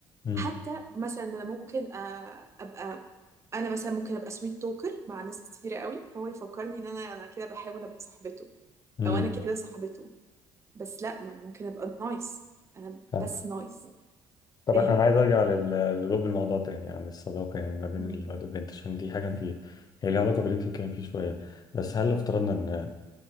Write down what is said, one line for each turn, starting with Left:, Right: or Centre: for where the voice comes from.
Left: امم
Right: حتى مثلا انا ممكن آه، ابقى انا مثلا ممكن ابقى سويت توكر مع ناس كتيره قوي فهو يفكرني ان انا انا كده بحاول ابقى صاحبته
Left: امم
Right: او انا كده صاحبته بس لا ما انا ممكن ابقى نايس انا
Left: صح
Right: بس نايس
Left: طب
Right: فاهم
Left: انا عايز ارجع لل- للب الموضوع تاني عن الصداقة يعني ما بين
Right: مم.
Left: الواد والبنت عشان دي حاجة انت هي ليها علاقة باللي انت بتتكلم فيه شوية بس هل لو افترضنا ان